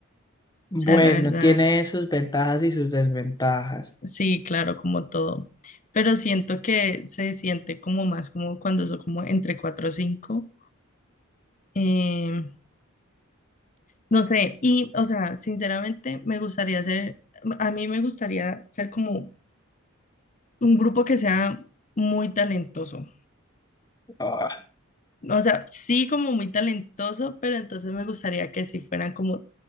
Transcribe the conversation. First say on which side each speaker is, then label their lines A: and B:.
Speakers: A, on the left; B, on the left.
A: O
B: Bueno,
A: sea, la verdad.
B: tiene sus ventajas y sus desventajas.
A: Sí, claro, como todo. Pero siento que se siente como más como cuando son como entre 4 o 5 eh, no sé, y o sea, sinceramente me gustaría ser, a mí me gustaría ser como un grupo que sea muy talentoso.
B: Ah,
A: O sea, sí como muy talentoso, pero entonces me gustaría que sí fueran como